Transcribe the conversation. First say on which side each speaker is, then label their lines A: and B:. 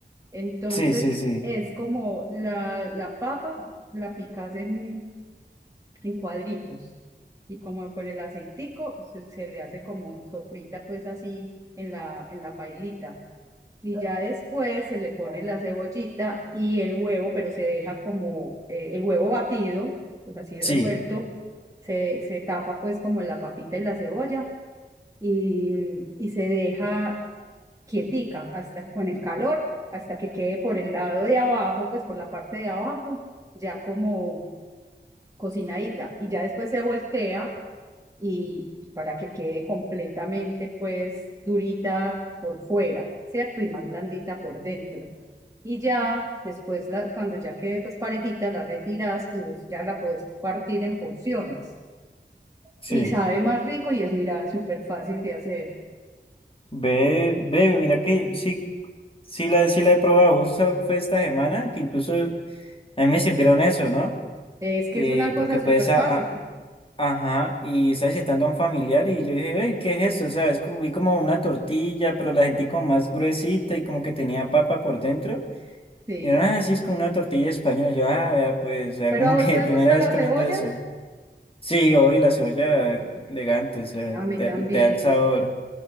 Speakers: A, on the right; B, on the left.
A: Entonces
B: sí, sí,
A: es como la, la papa la picas en, en cuadritos y como con el aceitico se, se le hace como sofrita pues así en la, en la pailita. Y ya después se le pone la cebollita y el huevo, pero se deja como eh, el huevo batido, pues así
B: sí,
A: revuelto, se, se tapa pues como la papita y la cebolla y, mm, y se deja quietica hasta con el calor, hasta que quede por el lado de abajo, pues por la parte de abajo, ya como cocinadita. Y ya después se voltea y, y para que quede completamente pues durita por fuera, ¿cierto? Y más blandita por dentro. Y ya después, la, cuando ya quede pues parejita, la retiras y pues, ya la puedes partir en porciones.
B: sí.
A: Y sabe más rico y es, mira, súper fácil de hacer.
B: Ve, ve, mira que sí, sí la, sí la he probado, justo fue esta semana, que incluso a mí me sirvieron eso, ¿no?
A: Es que
B: Eh,
A: es una cosa
B: porque
A: súper
B: pues, a-
A: fácil,
B: a- ajá, y estaba visitando a un familiar y yo dije, ve, ¿qué es eso? O sea, es como, vi como una tortilla, pero la sentí como más gruesita y como que tenía papa por dentro.
A: sí.
B: Y era así, es como una tortilla española. Yo, ah, vea, pues, o sea,
A: ¿Pero
B: como
A: a vos
B: que
A: te
B: <laughs> primera
A: gusta
B: vez
A: la
B: comiendo
A: cebolla?
B: eso. Sí, hoy la cebolla elegante, o sea,
A: A mí
B: te,
A: también,
B: te da el sabor.